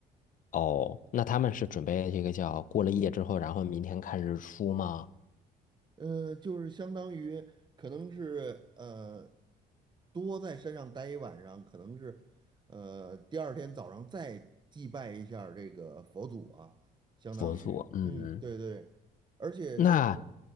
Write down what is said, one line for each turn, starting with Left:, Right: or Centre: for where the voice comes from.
Left: 哦，那他们是准备这个叫过了夜之后，然后明天看日出吗？
Right: 呃，就是相当于可能是呃，多在山上待一晚上，可能是呃第二天早上再祭拜一下儿这个佛祖啊，相当于嗯，
Left: 佛祖，嗯，
Right: 对对，而且那时候
Left: 那